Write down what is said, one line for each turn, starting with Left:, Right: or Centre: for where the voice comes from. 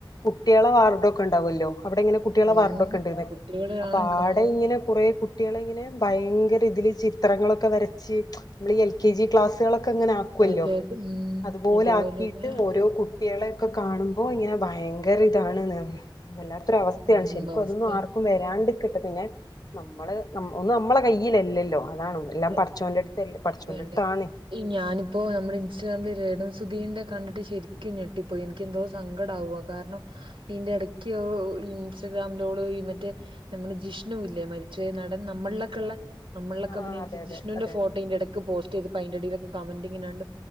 Left: കുട്ടികളെ വാർഡ് ഒക്കെ ഉണ്ടാവല്ലോ അവിടെ ഇങ്ങനെ കുട്ടികളെ
Right: ആഹ്
Left: വാർഡ് ഒക്കെ ഉണ്ടായിരന്ന്
Right: കുട്ടികളെയാണ്
Left: അപ്പൊ
Right: കാണാന്
Left: ആടെ ഇങ്ങനെ കുറേ കു കുട്ടികളിങ്ങനെ ഭയങ്കര ഇതിൽ ചിത്രങ്ങളൊക്കെ വരച്ച് നമ്മൾ ഈ എൽ കെ ജി ക്ലാസ്സുകളൊ ക്കങ്ങനെ ആക്കുവല്ലോ
Right: അതെ അതെ ഉം
Left: അതുപോലെ
Right: അതുപോലെന്നെ
Left: ആക്കിയിട്ട് ഓരോ കുട്ടി ട്ടികളെക്കെ കാണുമ്പോ ഇങ്ങനെ ഭയങ്കര ഇതാണ്ന്ന് വല്ലാ തൊരു അവസ്ഥയാണ്
Right: ഉം
Left: ശരിക്കും
Right: അവസ്ഥയാണ്
Left: അതൊന്നും ആർക്കും വരാണ്ട് ഇക്കട്ടെ പിന്നെ നമ്മള് ഒന്ന് നമ്മള് കയ്യിലല്ലല്ലോ അതാണ്
Right: അതെ
Left: എല്ലാം പടച്ചോന്റെ അടുത്ത് പടച്ചോന്റെ
Right: ണ്ടേ
Left: അടുത്താണ്
Right: ഈ ഞാനിപ്പോ നമ്മുടെ ഇൻസ്റ്റാഗ്രാമിൽ രേണു സ് സുധീന്റെ കണ്ടിട്ട് ശരിക്കും ഞെട്ടിപ്പോയി എനിക്ക് എന്തോ സങ്കടംആവുവാ കാരണം ഇന്റെ ഇടക്ക് അവള് ഓ ഇൻസ്റ്റാഗ്രാം ലോള് ഈ മറ്റേ നമ്മുടെ ജിഷ്ണു ഇല്ല മരിച്ച പോയ നടൻ നമ്മളിലൊക്കെെയുള്ള നമ്മ
Left: ആ
Right: ക്കേ അഭിനയിച്ച
Left: അതെ
Right: ജിഷ്ണുന്റെ
Left: അതെ അതെ അതെ
Right: ഫോട്ടോ ഇന്റെടക്ക് പോസ്റ്റ് പ്പായിന്റെ അടിയിലൊക്കെ കമന്റിങ്ങണ്ട്